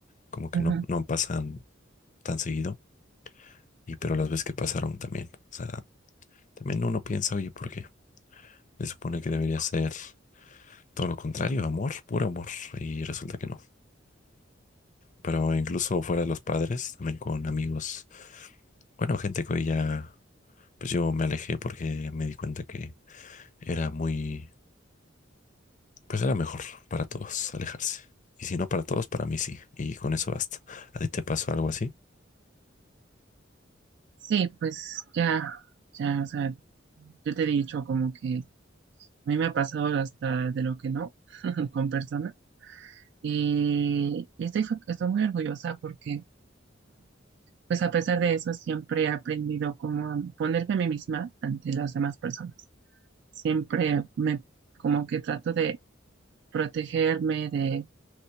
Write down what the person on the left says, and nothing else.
como que
no, no pasan tan seguido, y pero las veces que pasaron también, o sea, también uno piensa, oye, ¿por qué? Se supone que debería ser todo lo contrario, amor, puro amor, y resulta que no. Pero incluso fuera de los padres, también con amigos, bueno, gente que hoy ya, pues yo me alejé porque me di cuenta que era muy Pues era mejor para todos alejarse. Y si no para todos, para mí sí. Y con eso basta. ¿A ti te pasó algo así?